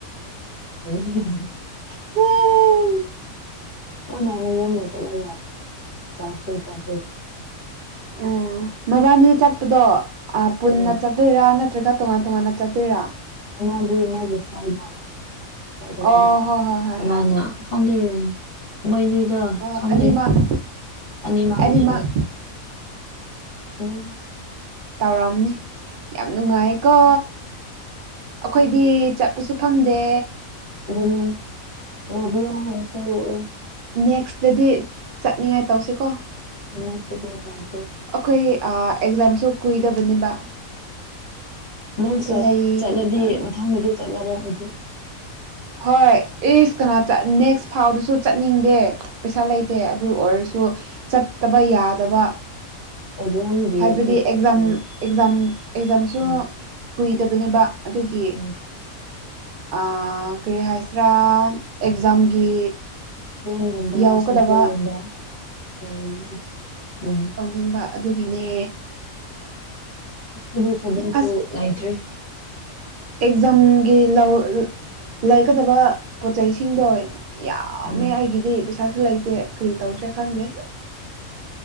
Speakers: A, on the left (about 45°); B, on the right (about 80°).
A: <unintelligible>
B: ꯎ <unintelligible>
A: ꯃꯥꯅꯥ ꯑꯃ ꯌꯣꯝꯗ ꯆꯠꯂꯕ ꯆꯥ <unintelligible>
B: ꯎ ꯃꯕꯥꯅꯤ ꯆꯠꯄꯗꯣ ꯄꯨꯟꯅ
A: ꯎꯝ
B: ꯆꯠꯇꯣꯏꯔꯥ ꯅꯠꯇ꯭ꯔꯒ ꯇꯣꯉꯥꯟ ꯇꯣꯉꯥꯟꯅ ꯆꯠꯇꯣꯏꯔꯥ꯫
A: ꯑꯃꯗꯤ ꯃꯥꯒꯤ ꯁꯋꯥꯏꯗꯗꯕ
B: ꯑꯣ ꯍꯣꯏ ꯍꯣꯏ ꯍꯣꯏ
A: ꯑꯃꯅ
B: ꯍꯣꯏ
A: ꯈꯪꯗꯦ꯫ ꯃꯣꯏꯅꯤꯗ
B: ꯑ
A: ꯁꯪꯗꯦ
B: ꯑꯅꯤꯃꯛ
A: ꯑꯅꯤꯃꯥꯡꯅꯦ꯫
B: ꯑꯅꯤꯃꯛ
A: ꯎꯝ
B: ꯇꯧꯔꯛꯔꯝꯅꯤ ꯌꯥꯝ ꯅꯨꯡꯉꯥꯏꯀꯣ ꯑꯈꯣꯏꯗꯤ ꯆꯠ ꯀꯩꯁꯨ ꯈꯜꯗꯦ꯫
A: <unintelligible>
B: ꯅꯦꯛꯁꯇꯗꯤ ꯆꯠꯅꯤꯡꯉꯥꯏ ꯇꯧꯁꯤꯀꯣ
A: <unintelligible>
B: ꯑꯩꯈꯣꯏ ꯑꯦꯛꯖꯥꯝꯁꯨ ꯀꯨꯏꯗꯕꯅꯤꯕ꯫
A: ꯅꯪ
B: ꯂꯩꯒꯗꯕ
A: ꯆꯠꯂꯗꯤ ꯃꯊꯪꯗꯗꯤ ꯆꯠꯂꯔꯣꯏ ꯑꯗꯨ
B: ꯍꯣꯏ ꯏꯁ ꯀꯅꯥ ꯅꯦꯛꯁ ꯐꯥꯎꯗꯨꯁꯨ ꯆꯠꯅꯤꯡꯗꯦ꯫ ꯄꯩꯁꯥ ꯂꯩꯇꯦ ꯑꯗꯨ ꯑꯣꯏꯔꯁꯨ ꯆꯠꯇꯕ ꯌꯥꯗꯕ꯫
A: ꯑꯦꯛꯖꯥꯝꯒꯤ
B: ꯍꯥꯏꯕꯗꯤ
A: ꯄ꯭ꯔꯤꯄꯦꯌꯔ
B: ꯑꯦꯛꯖꯥꯝ ꯑꯦꯛꯖꯥꯝ ꯑꯦꯛꯖꯥꯝꯁꯨ
A: ꯎꯝ ꯎꯝ
B: ꯀꯨꯏꯗꯕꯅꯦꯕ ꯑꯗꯨꯒꯤ
A: ꯎꯝ
B: ꯑꯥ ꯀꯔꯤ ꯍꯥꯏꯁ꯭ꯔꯥ ꯑꯦꯛꯖꯥꯝꯒꯤ꯫
A: ꯁꯄꯟꯒꯨꯝꯗ
B: ꯌꯧꯒꯗꯕ
A: ꯁꯝꯄꯨꯜꯒꯨꯝꯗ ꯎ ꯎ
B: ꯇꯥꯎꯅꯤꯡꯕ ꯑꯗꯨꯒꯤꯅꯦ
A: ꯑꯗꯨꯁꯨꯁꯨꯏꯇ꯭ꯔꯦ꯫
B: ꯑꯁ ꯑꯦꯛꯖꯥꯝꯒꯤ ꯂꯧ ꯂꯩꯒꯗꯕ ꯄꯣꯠꯆꯩꯁꯤꯡꯗꯣ꯫ ꯌꯥꯝꯃꯦ
A: ꯎꯝ
B: ꯑꯩꯒꯤꯗꯤ ꯄꯩꯁꯥꯁꯨ ꯂꯩꯇꯦ ꯀꯔꯤ ꯇꯧꯁꯦ ꯈꯪꯗꯦ꯫